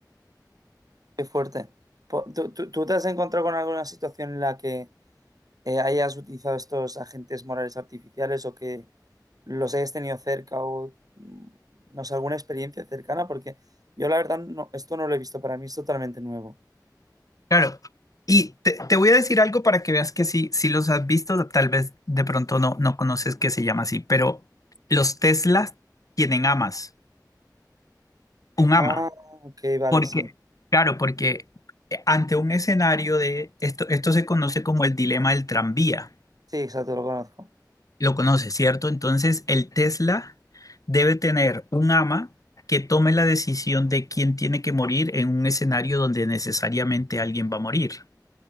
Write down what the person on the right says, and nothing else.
Qué fuerte. Po- ¿Tú, tú- tú te has encontrado con alguna situación en la que eh, hayas utilizado estos agentes morales artificiales o que los hayas tenido cerca o mm, no sé, alguna experiencia cercana? Porque yo la verdad no, esto no lo he visto, para mí es totalmente nuevo.
Ah, ok, vale,
sí.
Sí, exacto, lo conozco.